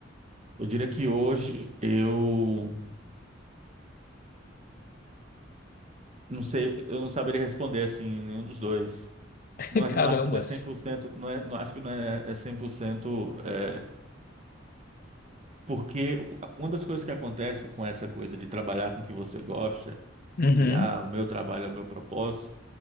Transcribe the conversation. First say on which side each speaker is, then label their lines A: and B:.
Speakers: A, on the right (about 35°); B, on the left (about 50°).
A: eu diria que hoje eu não sei, eu não saberia responder assim nenhum dos dois.
B: <laughs>
A: Não, é-
B: Carambas.
A: não acho que não é cem por cento não é, não acho que não é, é 100% é, porque uma das coisas que acontece com essa coisa de trabalhar com o que você gosta,
B: Uhum.
A: de ah, o meu trabalho é o meu propósito,